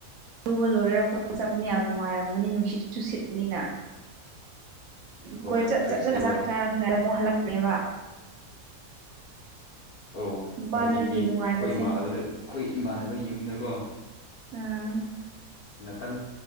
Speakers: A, on the right; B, on the left.
A: ꯔꯨꯕ ꯂꯣꯏꯔ ꯀꯣꯏꯕ ꯆꯠꯄꯅꯤ ꯌꯥꯝ ꯅꯨꯡꯉꯥꯏꯔꯝꯒꯅꯤ ꯅꯨꯡꯁꯤꯠꯁꯨ ꯁꯤꯠꯄꯅꯤꯅ
B: ꯍꯣꯏ
A: ꯀꯣꯏꯆꯠ
B: ꯐ꯭ꯔꯦꯁꯇꯤ
A: ꯆꯠꯂꯒ
B: ꯑꯣꯏꯔꯦ
A: ꯆꯥꯛ ꯆꯥꯔꯝꯗꯥꯏꯗ ꯑꯃꯨꯛ ꯍꯜꯂꯛꯄꯅꯦꯕ
B: ꯑꯧ
A: ꯅꯨꯄꯥ
B: ꯍꯧꯖꯤꯛꯇꯤ
A: ꯅꯣꯏꯒꯤ
B: ꯑꯩꯈꯣꯏ
A: ꯅꯨꯡꯉꯥꯏꯕꯁꯦ
B: ꯏꯃꯥꯟꯅꯕꯗ ꯑꯩꯈꯣꯏ ꯏꯃꯥꯟꯅꯕꯩ ꯌꯨꯝꯗꯀꯣ
A: ꯑꯥ
B: ꯉꯇꯪ